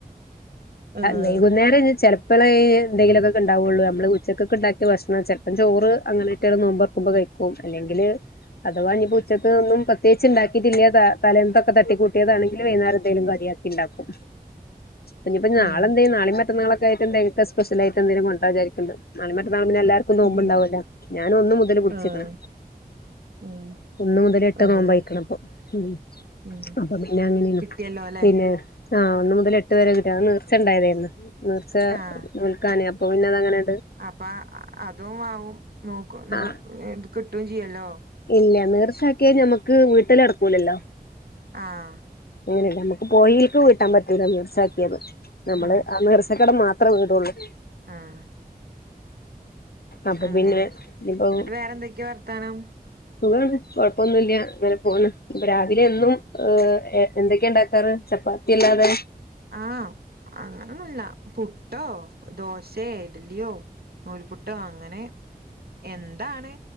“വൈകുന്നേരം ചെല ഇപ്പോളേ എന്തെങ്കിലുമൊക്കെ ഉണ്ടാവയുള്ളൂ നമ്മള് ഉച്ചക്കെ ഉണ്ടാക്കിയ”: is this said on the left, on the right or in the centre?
Left